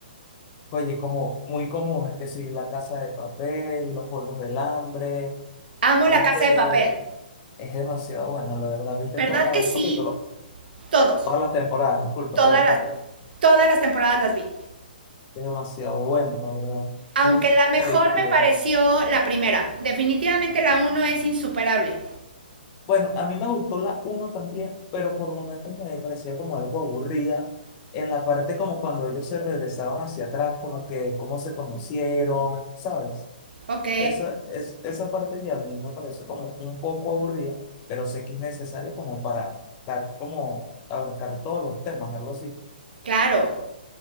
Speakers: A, on the left; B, on the right.
A: Oye, como muy comunes, que sí, La Casa de Papel, Los Juegos del Hambre,
B: Amo
A: este,
B: La Casa de Papel.
A: es demasiado bueno, la verdad. ¿Viste
B: ¿Verdad
A: todos los
B: que sí?
A: capítulos?
B: Todos.
A: Todas las temporadas, disculpa,
B: Todas
A: todas las
B: las,
A: temporadas.
B: todas las temporadas las vi.
A: Es demasiado bueno, la verdad.
B: Aunque
A: Muy, muy
B: la mejor
A: adictiva.
B: me pareció la primera. Definitivamente la uno es insuperable.
A: Bueno, a mí me gustó la uno también, pero por momentos me parecía como algo aburrida. En la parte como cuando ellos se regresaban hacia atrás, como que cómo se conocieron, ¿sabes?
B: Ok,
A: Esa, es, esa parte ya a mí me pareció como un poco aburrida, pero sé que es necesario como para dar como abarcar todos los temas, algo así.
B: claro.